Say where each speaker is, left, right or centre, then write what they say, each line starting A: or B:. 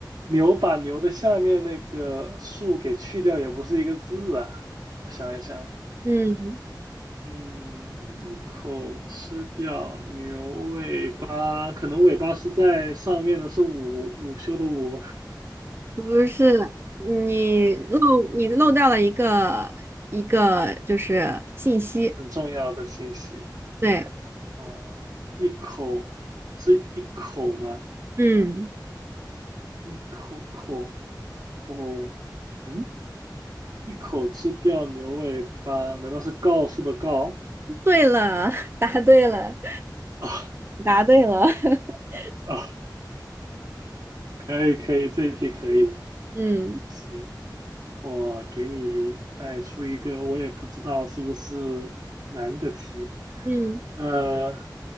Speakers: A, on the right; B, on the right.
A: 牛把牛的下面那个竖给去掉，也不是一个字啊。我想一想啊，
B: 嗯，
A: 嗯，一口吃掉牛尾巴，可能尾巴是在上面的，是午午休的午吗？
B: 不是，你漏你漏掉了一个一个就是信息。
A: 很重要的信息
B: 对，
A: 啊，一口是一口吗？
B: 嗯，
A: 一口口口，嗯。一口吃掉牛尾巴，难道是告诉的告？
B: 对了，<laughs> 答对了，
A: 啊
B: 答对了，<laughs>
A: 啊，可以可以，这一题可以的。
B: 嗯
A: 行，我给你再出一个，我也不知道是不是难的题。
B: 嗯，
A: 呃，